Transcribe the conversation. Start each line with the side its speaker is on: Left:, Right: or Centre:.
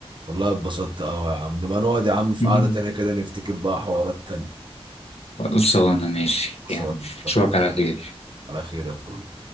Right: والله اتبسطت قوي يا عم نبقى نقعد يا عم في
Left: مم.
Right: قعده تانيه كده نفتكر بقى حوارات تانيه
Left: خلصانة ماشي
Right: سواء
Left: يعني
Right: اتفقنا
Left: أشوفك على خير
Right: على خير يا اخوي